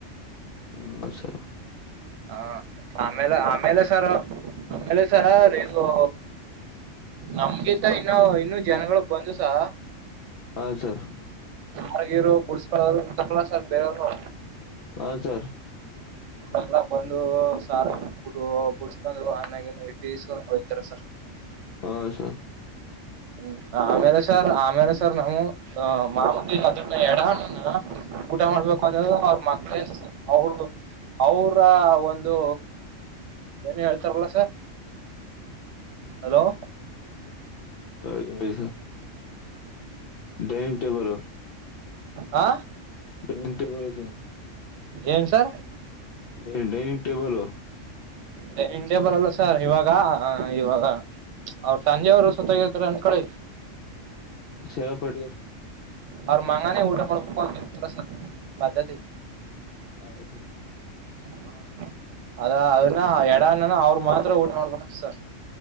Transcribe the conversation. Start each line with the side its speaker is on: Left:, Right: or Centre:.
Left: ಹ್ಮ ಸರ್.
Right: ಹಾ ಆಮೇಲೆ ಆಮೇಲೆ ಸರ್ ಆಮೇಲೆ. ಸರ್ ಇದು. ನಮ್ಗಿದ್. ಇನ್ನು ಇನ್ನು ಜನಗಳು ಬಂದು. ತ್ತ.
Left: ಹಾ ಸರ್.
Right: ಆಾರ್ಗಿರು ಕುುಡ್ಸ್ಕಳರು ತಕ್ಲ ಸರ್ ಬೇರೆಯವ್ರು.
Left: ಹಾ ಸರ್.
Right: ಲ್ಲ ಬಂದು ಸಾರ ಬಿಡು ಬಿಡ್ಸ್ಕೊಂಡು ಅಣ್ಣಾಗಿ ನೈಟಿ ಇಸ್ಕೊಂಡ್ ಹೋಗ್ತಾರೆ ಸರ್.
Left: ಹ ಸ.
Right: ಹ್ಮ್ ಆಮೇಲೆ ಸರ್ ಆಮೇಲೆ ಸರ್ ನಾವು ಅ ಮಾಮ ಎಡಹಣ್ಣನ ಊಟ ಮಾಡ್ಬೇಕು ಅಂದ ಅವ್ರ ಮಕ್ಳೇ ಅವರು ಅವ್ರ ಒಂದು ಏನು ಹೇಳ್ತಾರಲ್ಲ ಸರ್ ಹಲೋ
Left: ಹ. <unintelligible> Dining table.
Right: ಹಾ.
Left: ಟೆನ್ನಿಂಗ್ ಟೇಬಲ್ ಸರ್.
Right: ಏನ್ sir.
Left: Dining table.
Right: Dining table ಅಲ್ಲ ಸರ್ ಇವಾಗ ಇವಾಗ ಅವ್ರ ತಂದೆ ಅವರು ಸತ್ತೋಗಿರ್ತಾರೆ ಅನ್ಕಳಿ.
Left: ಸೇವಾ ಪಟ್ಟಿಗೆ.
Right: ಅವರು ಮಗನೇ ಊಟ ಮಾಡಬೇಕು ಅಂತಿದ್ದ ಸರ್ ಪದ್ಧತಿ.
Left: <unintelligible>
Right: ಹ ಅದ ಅದನ್ನ ಎಡಾನ್ನನ ಅವ್ರ ಮಾತ್ರ ಊಟ ಮಾಡ್ಬೇಕಂತೆ ಸರ್.